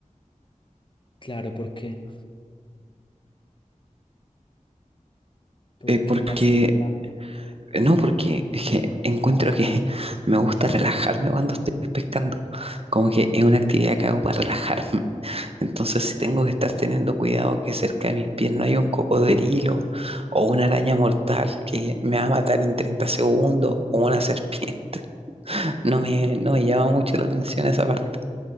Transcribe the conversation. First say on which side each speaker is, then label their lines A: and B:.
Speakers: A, on the left (about 40°); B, on the right (about 45°).
A: Claro, porque... Porque
B: Eh, porque,
A: la selva,
B: eh, no, porque es que encuentro que <laughs> me gusta relajarme cuando estoy pescando. Como que es una actividad que hago para relajarme. <laughs> Entonces, si tengo que estar teniendo cuidado que cerca de mis pies no haya un cocodrilo o una araña mortal que me va a matar en 30 segundos o una serpiente, <laughs> no me, no me llama mucho la atención esa parte.